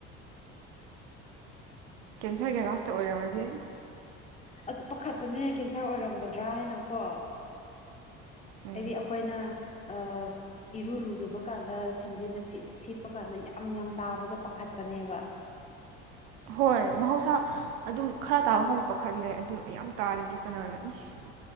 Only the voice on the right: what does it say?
ꯀꯦꯟꯁꯔꯒꯤ ꯂꯥꯁꯇ ꯑꯣꯏꯔꯝꯃꯗꯤ ꯑꯁ
ꯎꯝ
ꯍꯣꯏ ꯃꯍꯧꯁꯥ ꯑꯗꯨꯝ ꯈꯔ ꯇꯥꯕ ꯐꯄ ꯈꯜꯂꯦ ꯑꯗꯨ ꯌꯥꯝ ꯇꯥꯔꯗꯤ ꯀꯅꯥꯅ ꯏꯁ